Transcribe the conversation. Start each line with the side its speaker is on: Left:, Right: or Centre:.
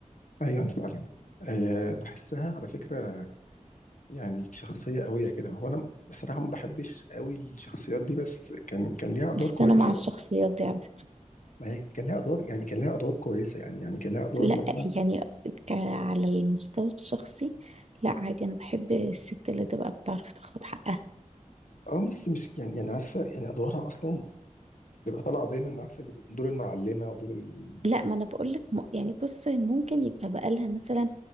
Left: ايوه فعلا آه، بحسها على فكره يعني شخصيه قويه كده هو انا بصراحه ما بحبش قوي الشخصيات دي بس كان كان ليها ادوار
Right: بس
Left: كويسه
Right: انا مع
Left: يعني
Right: الشخصيات دي عارف.
Left: ما هي كان ليها ادوار يعني كان ليها ادوار كويسه يعني يعني كان ليها ادوار
Right: لا
Left: مثلا
Right: يعني ك... على المستوى الشخصي لا عادي انا بحب الست اللي تبقى بتعرف تاخد حقها
Left: اه بس مش يعني يعني عارفه يعني ادوارها اصلا تبقى طالعه دايما عارفه دور المعلمه ودور ال
Right: لا ما انا بقول لك م... يعني بص ممكن يبقى بقالها مثلا